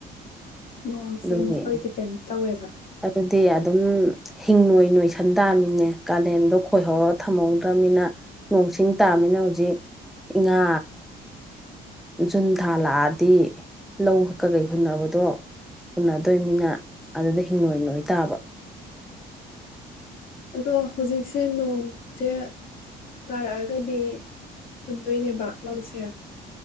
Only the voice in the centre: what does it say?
ꯑꯗꯨꯒꯤ
ꯑꯗꯨꯗꯤ ꯑꯗꯨꯝ ꯍꯤꯡꯉꯣꯏ ꯅꯣꯏꯁꯟ ꯇꯥꯝꯆꯤꯅꯦ ꯀꯥꯂꯦꯟꯗꯣ ꯈꯣꯏꯍꯧꯔ ꯊꯝꯍꯧꯗ꯭ꯔꯅꯤꯅ ꯅꯣꯡꯁꯤꯡ ꯇꯥꯃꯤꯅ ꯍꯧꯖꯤꯛꯥ ꯏꯉꯥ ꯖꯨꯟ ꯊꯥ ꯂꯥꯛꯑꯗꯤ ꯂꯧ ꯀꯀꯩ ꯍꯨꯟꯅꯕꯗꯣ ꯍꯨꯟꯟꯅꯗꯣꯏꯅꯤꯅ ꯑꯗꯨꯗꯒꯩ ꯍꯤꯡꯉꯣꯏ ꯅꯣꯏ ꯇꯥꯕ